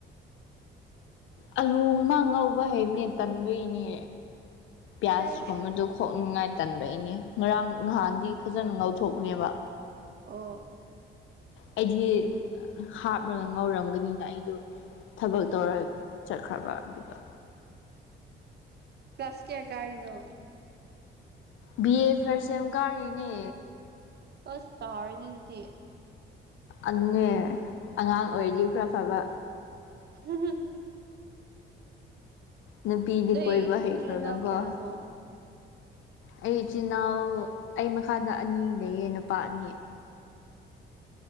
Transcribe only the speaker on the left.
ꯑꯥꯂꯨ ꯑꯃ ꯉꯧꯕ ꯍꯩꯕꯅꯦ ꯇꯟꯕꯒꯤꯅꯦ ꯄꯤꯌꯥꯁꯀꯨꯝꯕꯗꯨ꯫
ꯈꯣꯛꯅꯤꯡꯉꯥꯏ ꯇꯟꯕꯩꯅꯦ ꯉꯔꯥꯡ ꯉꯍꯥꯟꯗꯤ ꯐꯖꯥꯅ ꯉꯧꯊꯣꯛꯄꯅꯦꯕ꯫
ꯑꯩꯗꯤ ꯍꯥꯞꯂꯒ ꯉꯧꯔꯝꯒꯅꯤꯅ ꯑꯩꯗꯨ꯫ ꯊꯕꯛ ꯇꯧꯔ ꯆꯠꯈ꯭ꯔꯕ ꯑꯗꯨꯒ꯫
ꯕꯤ ꯑꯦ ꯐꯥꯔꯁ ꯁꯦꯝ ꯀꯥꯔꯤꯅꯦ꯫
ꯑꯗꯨꯅꯦ ꯑꯉꯥꯡ ꯑꯣꯏꯔꯗꯤ ꯈꯔ ꯐꯕ꯫
ꯅꯨꯄꯤꯗꯤ
ꯀꯣꯏꯕ ꯍꯩꯈꯔꯒꯀꯣ꯫
ꯑꯩ ꯏꯆꯤꯟ ꯏꯅꯥꯎ ꯑꯩ ꯃꯈꯥꯗ ꯑꯅꯤ ꯂꯩꯌꯦ ꯅꯨꯄꯥ ꯑꯅꯤ꯫